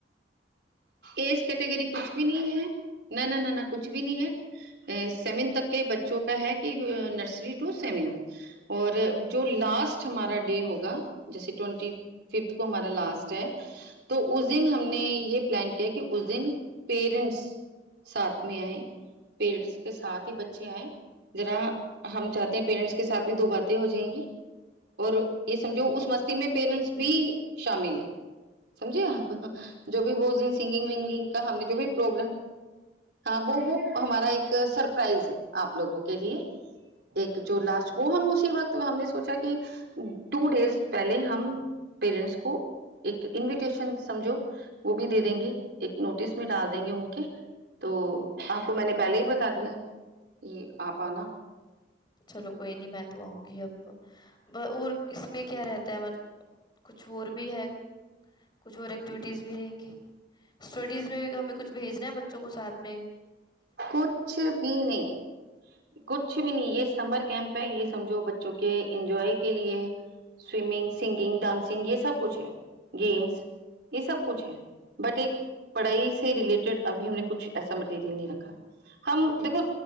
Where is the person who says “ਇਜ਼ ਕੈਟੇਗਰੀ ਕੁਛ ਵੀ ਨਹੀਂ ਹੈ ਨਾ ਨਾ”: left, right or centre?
Right